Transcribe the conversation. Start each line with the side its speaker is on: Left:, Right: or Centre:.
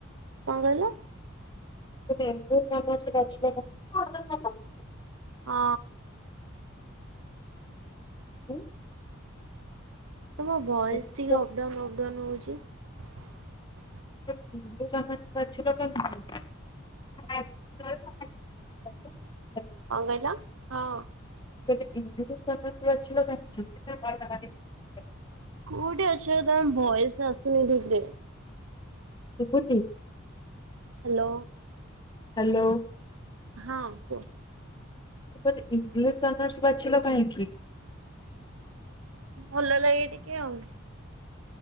Right: କଣ କହିଲ?
Left: <unintelligible>
Right: ହଁ।
Left: ହୁଁ।
Right: ତମ ଭଏସ୍
Left: ଇଂଲିଶ
Right: ଟିକେ ଅପଡାଉନ ଅପଡାଉନ ହଉଛି। <unintelligible>
Left: <unintelligible>
Right: କଣ କହିଲ? ହଁ।
Left: <unintelligible>
Right: କୋଉଠି ଅଛ ତମ ଭୟସ ଆସୁନି ଠିକରେ
Left: ଶୁଭୁଚି?
Right: ହାଲୋ।
Left: ହାଲୋ।
Right: ହଁ କୁହ।
Left: ମୁଁ କହିଲି ଇଂଲିଶ ଅନର୍ସ ବାଛିଲ କାହିଁକି?
Right: ଭଲ ଲାଗେ ଟିକେ ଆଉ।